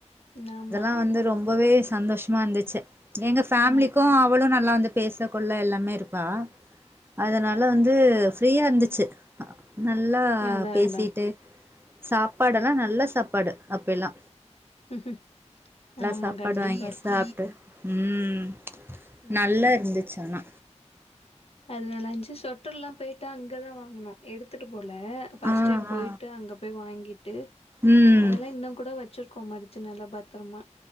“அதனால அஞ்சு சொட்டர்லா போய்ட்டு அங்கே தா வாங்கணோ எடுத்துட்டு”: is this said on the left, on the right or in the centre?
Left